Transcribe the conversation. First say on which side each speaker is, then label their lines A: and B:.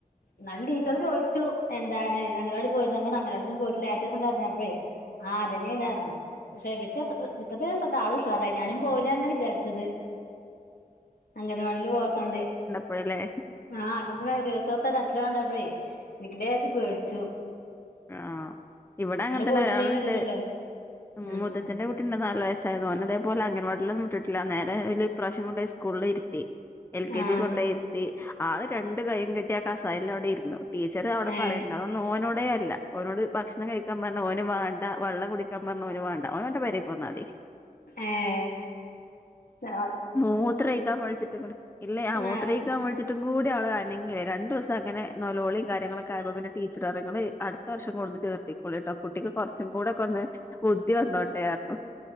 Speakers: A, on the left; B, on the left.
A: ന്നാലും ടീച്ചറ് ചോയ്ച്ചു എന്താണ് അങ്ങനവാടി പോയിര്ന്നോ ഞാ പർത്ത് അങ്ങലവാട്യൊന്നും പോയിട്ടില്ല ആദ്യത്തിസം കര്ഞ്ഞപ്പോഴേ. ആഹ് അതന്നെണർഞു പക്ഷെ വിറ്റത്ത് വിറ്റത്തെ ദിവസൊക്കെ ആളുഷാറായി ഞാനും പോവുലന്നെ വിചാര് ച്ചത് അങ്കനവാടില് പോവാത്തോണ്ട്.
B: പൊഴല്ലേ.
A: ആഹ് അദ്യത്തെ ദിവസൊത്തെ കര്ച്ചില് കണ്ടപ്പഴേ ഇരിക്കലേച്ചു പേട്ച്ചു.
B: അ ആഹ് ഇവിടങ്ങൻതന്നെ
A: പോയിട്ടില്ലേലും
B: ഒരാളുണ്ട്
A: ഇതില്ലല്ലോ
B: ഉം
A: ആഹ്
B: മുത്തച്ഛന്റെ കുട്ട ട്ടണ്ട് നാല് വയസ്സായതോൻ അതേപോലങ്കൻവാടിലന്നും വിട്ടിട്ടില്ല നേരെ ഒല് ഇപ്രവശം കൊണ്ടയ് സ്കൂൾല് ഇര്ത്തി. എൽ കെ
A: ആഹ്
B: ജി കൊണ്ടയ് ഇര്ത്തി ആള് രണ്ടു കൈയും കെട്ടി ആ കസാലയൽ അവിടെ ഇരുന്നു ടീച്ചറ് അവിടെ
A: ആഹ് ഏഹ്
B: പറയ അതൊന്നു ഓനോടേ അല്ല. ഓനോട് ഭക്ഷണം കഴിക്കാ പർഞ്ഞ ഓന് വാണ്ട വള്ളം കുടിക്കാൻ പർഞ്ഞ ഓന് വാണ്ട ഓനോന്റെ പെരി പോന്നാതി.
A: ഏഹ് ലാ
B: മൂത്രയ്ക്കാ വ്ൾച്ചിട്ടുങ്കൂടി ഇല്ലേ ആ മൂത്രയ്
A: ആഹ്
B: ക്കാ വിൾച്ചിട്ടും കൂടി ആള് അനങ്ങില രണ്ടുസം അങ്ങനെ നലോളി കാര്യങ്ങളൊക്കെ ആയപ്പ പിന്നെ ടീച്ചററി ങ്ങള് അട് ത്ത് വർഷം കൊട്ന്ന് ചേർത്തിക്കൊളിട്ടോ കുട്ടിക്ക് കൊർച്ചും കൂടെക്കൊന്ന് ബുദ്ധി വന്നോട്ടെ അർഞു.